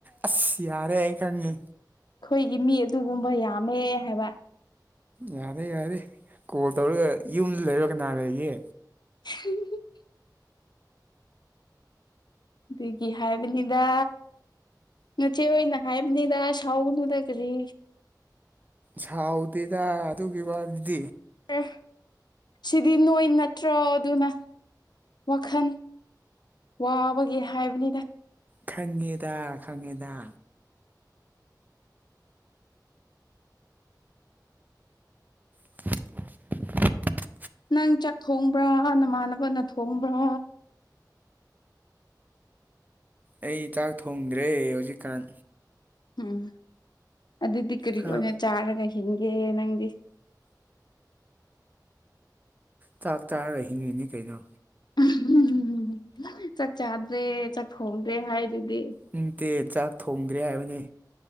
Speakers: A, on the right (about 25°); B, on the left (about 75°).
A: ꯑꯁ ꯌꯥꯔꯦ ꯈꯅꯤ
B: ꯑꯩꯈꯣꯏꯒꯤ ꯃꯤ ꯑꯗꯨꯒꯨꯝꯕ ꯌꯥꯝꯃꯦ ꯍꯥꯏꯕ
A: ꯌꯥꯔꯦ ꯌꯥꯔꯦ ꯀꯣꯜ ꯇꯧꯔꯒ ꯌꯨꯝꯗ ꯂꯩꯕ ꯀꯅꯥ ꯂꯩꯒꯦ
B: <unintelligible> ꯑꯗꯨꯒꯤ ꯍꯥꯏꯕꯅꯤꯗ ꯅꯥꯆꯦ ꯍꯣꯏꯅ ꯈꯥꯏꯕꯅꯤꯗ ꯁꯥꯎꯒꯅꯨꯗ ꯀꯔꯤ
A: ꯁꯥꯎꯗꯦꯗ ꯑꯗꯨꯒꯤ ꯋꯥꯗꯨꯗꯤ
B: ꯑꯦ ꯁꯤꯗꯤ ꯅꯣꯏ ꯅꯠꯇ꯭ꯔꯣ ꯑꯗꯨꯅ ꯋꯥꯈꯜ ꯋꯥꯕꯒꯦ ꯍꯥꯏꯕꯅꯤꯅ
A: ꯈꯪꯉꯦꯗ ꯈꯪꯉꯦꯗ <inaudible>
B: ꯅꯪ ꯆꯠ ꯊꯣꯡꯕ꯭ꯔꯥ ꯅꯃꯥꯟꯅꯕꯅ ꯊꯣꯡꯕ꯭ꯔꯥ
A: ꯑꯩ ꯆꯥꯛ ꯊꯣꯡꯗ꯭ꯔꯦ ꯍꯧꯖꯤꯛꯀꯥꯟ
B: ꯎꯝ ꯑꯗꯨꯗꯤ ꯀꯔꯤ
A: ꯍꯥ
B: ꯑꯣꯏꯅ ꯆꯥꯔꯒ ꯍꯤꯡꯒꯦ ꯅꯪꯗꯤ
A: ꯆꯥꯛ ꯆꯥꯔ ꯍꯤꯡꯉꯤꯅꯤ ꯀꯩꯅꯣ
B: <unintelligible> ꯆꯥꯛ ꯆꯥꯗ꯭ꯔꯦ ꯆꯥꯛ ꯊꯣꯡꯗ꯭ꯔꯦ ꯍꯥꯏꯗꯨꯗꯤ
A: ꯅꯨꯡꯇꯦ ꯆꯥꯛ ꯊꯣꯡꯗ꯭ꯔꯦ ꯍꯥꯏꯕꯅꯤ